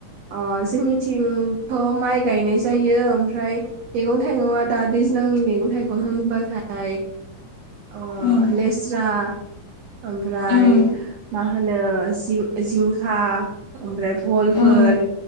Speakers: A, on the right; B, on the left.
A: अ जोंनिथिंथ' माइ गायनाय जायो ओमफ्राय मैगं थाइगं दा दैज्लांनि मैगं थाइगं होनबाथाय अ
B: उम
A: लेस्रा। ओमफ्राय
B: उम
A: मा होनो जिंखा ओमफ्राय भल फोर
B: उम